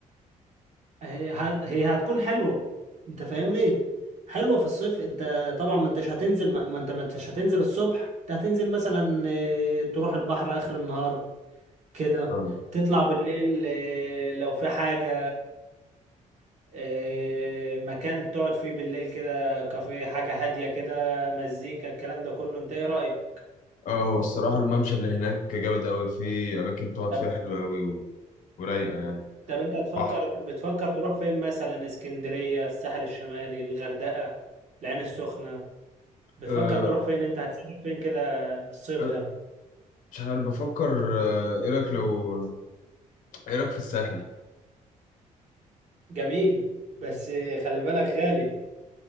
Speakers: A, on the right; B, on the left.
A: هي هت- هي هتكون حلوة انت فاهمني حلوة في الصيف انت طبعا ما انتش هتنزل ما ما انت ما انتش هتنزل الصبح انت هتنزل مثلا آه، تروح البحر اخر النهار كده
B: اه
A: تطلع بالليل آه، لو في حاجة آه، مكان تقعد فيه بالليل كده كافيه حاجة هادية كده مزيكا الكلام ده كله انت ايه رأيك
B: اه هو الصراحه الممشى اللي هناك جامد قوي في اماكن تقعد
A: طب
B: فيها حلوه قوي و... ورايقه يعني
A: طب انت تفكر
B: بحر
A: بتفكر تروح فين مثلا اسكندرية الساحل الشمالي الغردقة العين السخنة بتفكر
B: أه
A: تروح فين انت هتسافر فين كده الصيف
B: أنا
A: ده
B: مش عارف بفكر آه، ايه رايك لو ايه رايك في الساحل
A: جميل بس آه، خلي بالك غالي